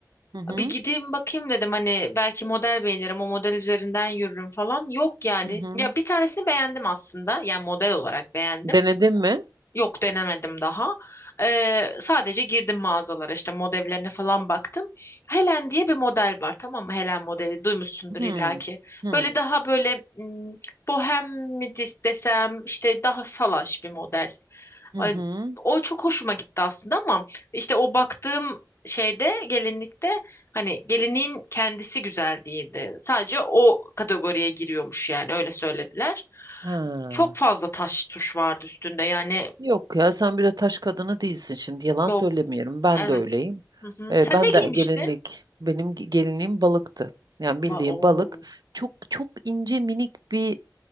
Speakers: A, on the right; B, on the left.
A: Hı hı.
B: Bir gideyim bakayım dedim hani belki model beğenirim o model üzerinden yürürüm falan. Yok yani.
A: Hı hı.
B: Ya bir tanesini beğendim aslında. Yani model olarak beğendim.
A: Denedin mi?
B: Yok denemedim daha. Ee, sadece girdim mağazalara işte modellerine falan baktım. Helen diye bir model var tamam mı? Helen modeli duymuşsundur
A: Hı.
B: illaki.
A: Hı.
B: Böyle daha böyle mm, bohem mi des- desem işte daha salaş bir model.
A: Hı
B: Ay,
A: hı.
B: o çok hoşuma gitti aslında ama işte o baktığım şeyde gelinlikte hani gelinliğin kendisi güzel değildi. Sadece o kategoriye giriyormuş yani öyle söylediler.
A: Ha.
B: Çok fazla taş tuş vardı üstünde yani
A: Yok ya sen bir de taş kadını değilsin şimdi yalan
B: Yok.
A: söylemiyorum ben
B: Evet.
A: de öyleyim.
B: Hı hı.
A: Ee,
B: Sen
A: ben
B: ne
A: de
B: giymiştin?
A: gelinlik benim ge- gelinliğim balıktı. Yani bildiğim
B: Ba Oo.
A: balık çok çok ince minik bir